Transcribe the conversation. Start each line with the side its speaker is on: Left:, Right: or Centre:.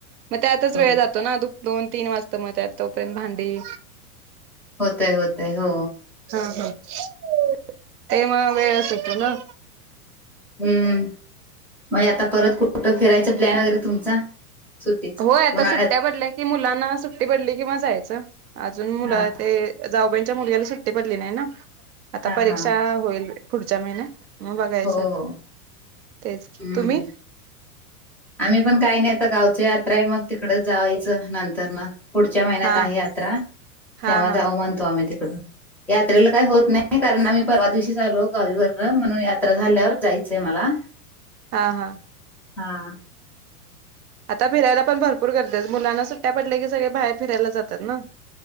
Right: मग त्यातच
Centre: हो
Right: वेळ जातो ना दोन तीन वाजत मग त्यात तोपर्यंत भांडी
Centre: होतय होतय हो.
Right: हा हा ते म वेळच होतो ना.
Centre: हम्म म्हजे आता परत कु ठ फिरायचा प्लॅन वगैरे तुमचा? सुट्टीच
Right: होय आता
Centre: उन्हाळ्यात
Right: सुट्ट्या पडल्या की मुलांना सुट्टी पडली कि म जायचं अजून मुल
Centre: हा
Right: ते जाऊबाईंच्या मुलग्याला सुट्टी पडली नाही ना आता
Centre: हा
Right: परीक्षा
Centre: हा
Right: होईल पुढच्या महिन्यात म बघायचं
Centre: हो हो
Right: तेच की
Centre: हम्म
Right: तुम्ही
Centre: आम्ही पण काय नाही आता गावची यात्रा आहे मग तिकड जावायचं न त्यांना पुढच्या महिन्यात
Right: हा
Centre: आहे यात्रा
Right: हा
Centre: तेव्हा
Right: हा
Centre: जाऊ म्हणतो आम्ही तिकड यात्रेला काही होत
Right: हो
Centre: नाही कारण आम्ही परवा दिवशी झालो गावीवर म्हणून यात्रा झाल्यावर जायचंय मला.
Right: हा हा.
Centre: हा.
Right: आता फिरायला पण भरपूर करत्यात मुलांना सुट्ट्या पडल्या की सगळे बाहेर फिरायला जातात ना.